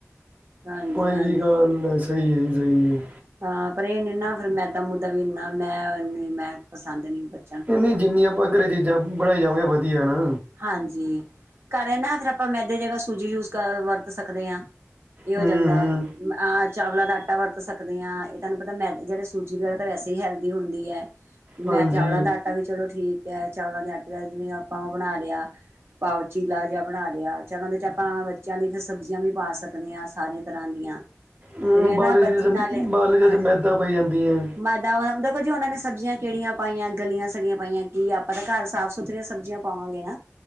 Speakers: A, on the right (about 55°); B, on the right (about 30°).
A: ਹਾਂਜੀ
B: ਕੋਈ
A: ਹਾਂਜੀ
B: ਵੀ ਗੱਲ ਸਹੀ ਐ ਜੀ ਸਹੀ ਐ।
A: ਹਾਂ ਪਰ ਏਹ ਨੀ ਨਾ ਅਗਰ ਮੈਦਾ-ਮੂਦਾ ਵੀ ਇੰਨਾ ਮੈਂ ਮੈਂ ਪਸੰਦ ਨੀ ਬੱਚ
B: ਏ ਨੀ ਜਿੰਨੀਆਂ ਆਪਾਂ ਘਰੇ ਚੀਜ਼ਾਂ ਬਣਾਈ ਜਾਵਾਗੇ ਵਧੀਆ ਨਾ।
A: ਹਾਂਜੀ, ਘਰੇ ਨਾ ਫੇਰ ਆਪਾਂ ਮੈਦੇ ਦੀ ਜਗ੍ਹਾ ਸੂਜੀ ਯੂਜ ਕਰ ਵਰਤ ਸਕਦੇ ਆ। ਏ ਹੋ
B: ਹੂੰ-ਹੂੰ
A: ਜਾਂਦੈ ਅ ਆ ਚਾਵਲਾਂ ਦਾ ਆਟਾ ਵਰਤ ਸਕਦੇ ਆ, ਤਾਨੂੰ ਪਤਾ ਮੈਦਾ ਜਿਹੜੇ ਸੂ ਜਗਾ ਤਾਂ ਵੈਸੇ ਵੀ ਹੈਲਦੀ ਹੁੰਦੀ ਐ।
B: ਹਾਂਜੀ
A: ਮੈਂ ਚਾਵਲਾਂ ਦਾ ਆਟਾ ਵੀ ਚਲੋ ਠੀਕ ਐ ਚਾਵਲਾਂ ਦੇ ਆਟੇ ਦਾ ਜਿਵੇਂ ਆਪਾਂ ਓ ਬਣਾ ਲਿਆ ਪਾਓ ਚੀਲਾ ਜਿਹਾ ਬਣਾ ਲਿਆ ਚਲ ਉਦੇ 'ਚ ਆਪਾਂ ਬੱਚਿਆਂ ਲਈ ਫਿਰ ਸਬਜ਼ੀਆਂ ਵੀ ਪਾ ਸਕਦੇ ਆ ਸਾਰੀ ਤਰ੍ਹਾਂ ਦੀਆਂ।
B: ਹੂੰ
A: ਫੇਰ ਏ
B: ਬਾਹਰਲੀ
A: ਨਾ ਬੱਚੇ
B: ਚੀਜ਼
A: ਨਾਲੇ
B: ਬਾਹਰਲੀ ਚੀਜ਼ਾਂ
A: ਹਾਂਜੀ
B: 'ਚ ਮੈਦਾ ਪਈ ਜਾਂਦੀ ਹੈ।
A: ਮੈਦਾ ਅ ਦੇਖੋ ਜੀ ਉਨਾਂ ਨੇ ਸਬਜ਼ੀਆਂ ਕਿਹੜੀਆਂ ਪਾਈਆਂ, ਗਲੀਆਂ-ਸੜੀਆਂ ਪਾਈਆਂ, ਕੀ ਆਪਾਂ ਤਾਂ ਘਰ ਸਾਫ਼-ਸੁਥਰੀਆਂ ਸਬਜ਼ੀਆਂ ਪਾਵਾਂਗੇ ਨਾ!